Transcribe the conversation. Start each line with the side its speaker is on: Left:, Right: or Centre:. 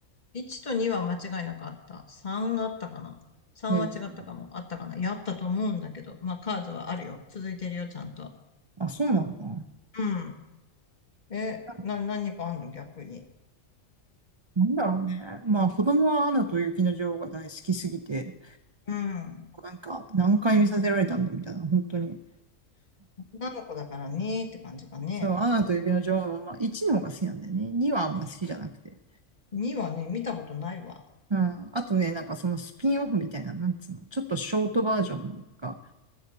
Left: 1と2は間違いなかった。3あったかな ?3
Right: た。ええ。
Left: は違ったかも。あったかなやったと思うんだけど。まあ、カーズはあるよ。続いてるよ、ちゃんと。
Right: あ、そうなんだ。
Left: うん。え、
Right: なんか
Left: な、何かあんの逆に。
Right: なんだろうね。まあ子供はアナと雪の女王が大好きすぎて、
Left: うん。
Right: なんか何回見させられたんだみたいな、本当に
Left: 女の子だからねーって感じかね。
Right: そう、アナと雪の女王の、まあ、1の方が好きなんだよね。2はあんま好きじゃなくて。
Left: 2はね、見たことないわ。
Right: うん。あとね、なんかそのスピンオフみたいな、なんつうの、ちょっとショートバージョンの、なんか、